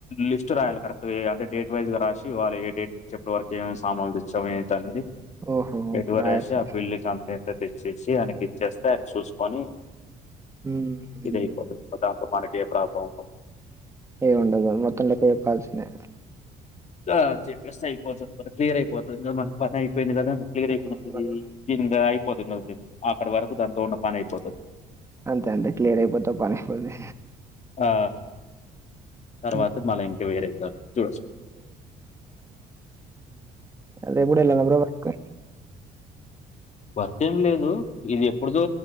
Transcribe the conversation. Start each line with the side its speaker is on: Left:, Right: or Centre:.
Left: లిస్ట్ రాయాలే కరెక్ట్ గా అంటే డేట్ వైజ్ గా రాసి వాళ్ళు ఏ డేట్ నుంచి ఇప్పటి వరకు ఏమేమి సామాన్లు తేచ్చాం ఏంటినేది
Right: ఓహో!
Left: ఎటువట్
Right: రాయాల్సింది.
Left: రాసి ఆ బిల్లుకం ఎంత తెచ్చేసి ఆయనకి ఇచ్చేస్తే ఆయన చూసుకొని
Right: హుహు.
Left: ఇదైపోతది ఇంకా దాంతో మనకేం ప్రబ్లం ఉండద్
Right: ఎం ఉండదు మొత్తం లెక్క చేప్పాల్సిందే
Left: అ అది చెప్పేస్తే అయిపోతాది క్లియరై పోతది ఇంగ మన పనై అయిపొఇంది కదా ఇంకా క్లియర్
Right: హ్మ్. మరి
Left: ఇంగ అయిపోతుంది కద అక్కడ వరకు దాంతో ఉన్న పని అయిపోతది
Right: అంతే అండి క్లియర్ అయిపోతే ఓ పని అయిపోతది
Left: ఆ తర్వాత
Right: హ్మ్.
Left: మళ్ళ ఇంక వేరే జాబ్ చూడోచ్
Right: అల్లకూడా <unintelligible> వర్క్
Left: వర్క్ ఎం లేదు ఇది ఎప్పుడిదో